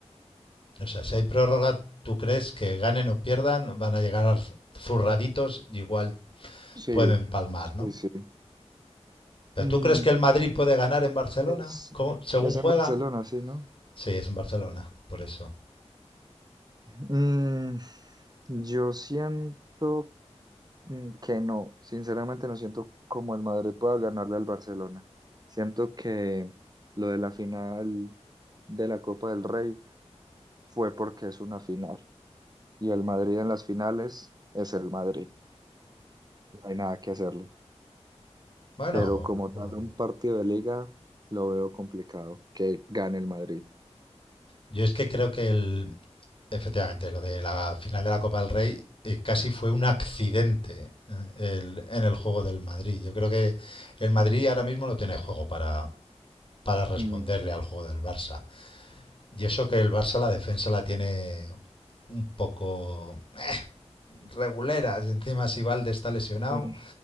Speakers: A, on the left (about 50°); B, on the right (about 35°).
A: O sea, si hay prórroga, ¿tú crees que ganen o pierdan? Van a llegar zurraditos y igual
B: Sí,
A: pueden palmar,
B: sí,
A: ¿no?
B: sí.
A: Pero
B: Mm,
A: ¿tú crees que el Madrid puede ganar en Barcelona?
B: es,
A: ¿Cómo- Según
B: es
A: juega.
B: en Barcelona, sí, ¿no? <clears throat>
A: Sí, es en Barcelona, por eso.
B: Mm, yo siento mm, que no. Sinceramente no siento como el Madrid pueda ganarle al Barcelona. Siento que lo de la final de la Copa del Rey fue porque es una final. y el Madrid en las finales es el Madrid. No hay nada que hacerle.
A: Bueno,
B: Pero como
A: bueno.
B: tal, un partido de liga lo veo complicado que gane el Madrid.
A: yo es que creo que el, Efectivamente, lo de la final de la Copa del Rey eh, casi fue un accidente eh, el- en el juego del Madrid. Yo creo que el Madrid ahora mismo no tiene juego para, para responderle
B: Mm,
A: al juego del Barça. Y eso que el Barça la defensa la tiene un poco reguleras. Encima si Valde está lesionado,
B: mm.